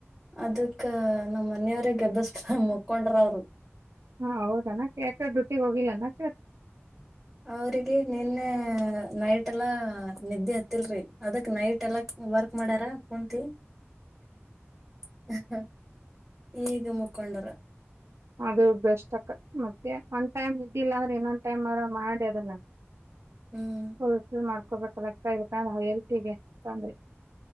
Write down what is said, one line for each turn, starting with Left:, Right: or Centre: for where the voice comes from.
Centre: ಅದಕ್ಕ ನಮ್ಮ್ ಮನೆಯವ್ರ ಕೆಬ್ಬಸ್ತ್ರ <unintelligible> ಮಕ್ಕೊಂಡ್ರ ಅವ್ರು
Right: ಹಾ ಹೌದನಾಕ ಯಾಕೆ ಡ್ಯೂಟಿಗ್ ಹೋಗಿಲ್ಲನಾಕ
Centre: ಅವ್ರಿಗೆ ನಿನ್ನೆ ನೈಟ್ ಎಲ್ಲ ನಿದ್ದೆ ಹತ್ತಿಲ್ರಿ ಅದಕ್ ನೈಟ್ ಎಲ್ಲ ವರ್ಕ್ ಮಾಡ್ಯಾರ ಕುಂತಿ <unintelligible> ಹ ಹ ಈಗ ಮುಖೊಂಡರ
Right: ಅದು ಬೆಸ್ಟ್ ಅಕ್ಕ ಮತ್ತೆ ಒಂದ್ ಟೈಮ್ ಇದಿಲ್ಲ ಅಂದ್ರೆ ಇನ್ನೊಂದ್ ಟೈಮ್ <unintelligible> ಮಾಡಿ ಅದನ್ನ
Centre: ಹ್ಮ್
Right: ಹ <unintelligible> <unintelligible> ಲೆಕ್ಕ ಕಣ ಎಲ್ಕಿಗೆ ತೊಂದ್ರೆ